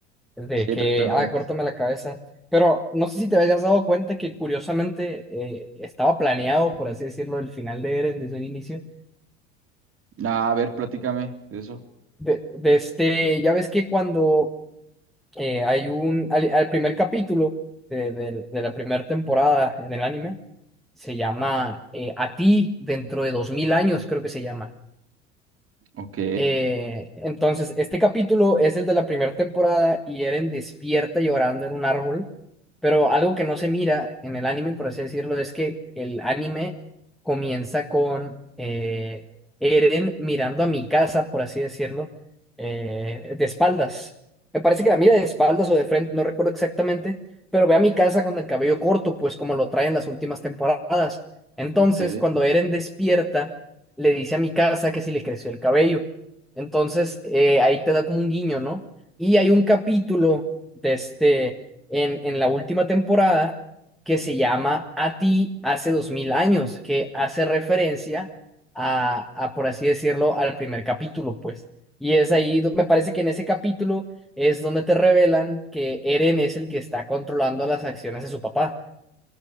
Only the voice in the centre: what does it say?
es de
que,
ah, córtame la cabeza, pero no sé si te habías dado cuenta que curiosamente eh, estaba planeado, por así decirlo, el final de Eren desde un inicio,
de, de este, ya ves que cuando eh, hay un, al, al primer capítulo de, de- de la primera temporada en el anime, se llama eh, A ti dentro de dos mil años, creo que se llama.
Eh, entonces, este capítulo es el de la primera temporada y Eren despierta llorando en un árbol, pero algo que no se mira en el anime, por así decirlo, es que el anime comienza con eh, Eren mirando a mi casa, por así decirlo, eh, de espaldas. Me parece que la mira de espaldas o de frente, no recuerdo exactamente, pero ve a mi casa con el cabello corto, pues como lo trae en las últimas temporadas. Entonces,
cuando Eren despierta, le dice a mi casa que si le creció el cabello. Entonces, eh, ahí te da como un guiño, ¿no? Y hay un capítulo de este, en, en la última temporada que se llama A ti hace dos mil años, que hace referencia a, a, por así decirlo, al primer capítulo, pues. Y es ahí, do- me parece que en ese capítulo es donde te revelan que Eren es el que está controlando las acciones de su papá.